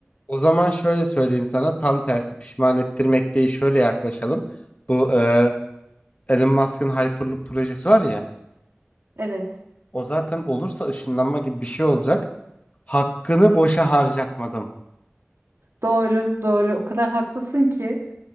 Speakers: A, on the left (about 35°); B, on the right (about 80°).
A: O zaman şöyle söyleyeyim sana tam tersi pişman ettirmek değil şöyle yaklaşalım. Bu e, Elon Musk'ın Hyperloop projesi var ya
B: Evet.
A: o zaten olursa ışınlanma gibi bir şey olacak. Hakkını boşa harcatmadım.
B: Doğru, doğru. O kadar haklısın ki.